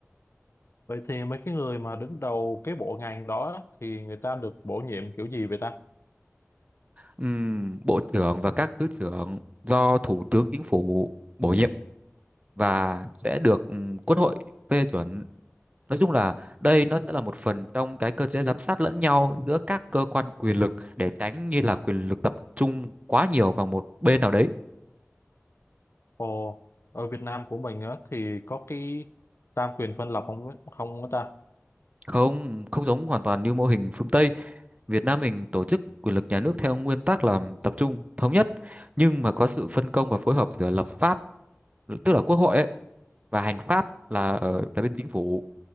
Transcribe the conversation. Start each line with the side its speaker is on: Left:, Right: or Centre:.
Left: Vậy thì mấy cái người mà đứng đầu cái bộ ngành đó thì người ta được bổ nhiệm kiểu gì vậy ta?
Right: Ừm, bộ trưởng và các thứ trưởng do thủ tướng chính phủ bổ nhiệm và sẽ được ừm, quốc hội phê chuẩn nói chung là đây nó sẽ là một phần trong cái cơ chế giám sát lẫn nhau giữa các cơ quan quyền lực để tránh như là quyền lực tập trung quá nhiều vào một bên nào đấy
Left: Ồ, ở Việt Nam của mình á, thì có cái tam quyền phân lập không không có ta?
Right: không không giống hoàn toàn như mô hình phương Tây Việt Nam mình tổ chức quyền lực nhà nước theo nguyên tắc là tập trung, thống nhất, nhưng mà có sự phân công và phối hợp giữa lập pháp tức là quốc hội ấy và hành pháp là ở là bên chính phủ